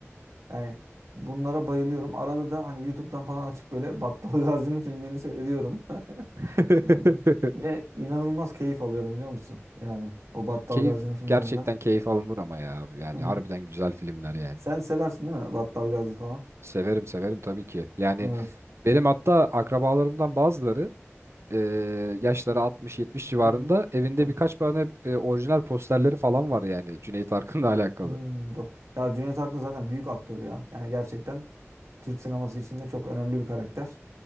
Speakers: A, on the right; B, on the right.
A: Yani bunlara bayılıyorum. Arada da hani YouTube'dan falan açıp böyle Battal <laughs> Gazi'nin filmlerini seyrediyorum. <laughs>
B: <laughs>
A: Yani ve inanılmaz keyif alıyorum biliyor musun? Yani o Battal
B: Keyif
A: Gazi'nin filmlerinden.
B: gerçekten keyif alınır ama ya. Yani
A: Hı hı.
B: harbiden güzel filmler yani.
A: Sen seversin değil mi Battal Gazi falan?
B: Severim severim tabii ki. Yani
A: Evet.
B: Benim hatta akrabalarımdan bazıları e, yaşları altmış, yetmiş civarında
A: Hı hı.
B: evinde
A: Evet.
B: birkaç tane e, orijinal posterleri falan var yani Cüneyt Arkın'la <laughs> alakalı.
A: Hmm, do- ya Cüneyt Arkın zaten büyük aktör ya. Yani gerçekten Türk sineması içinde çok önemli bir karakter.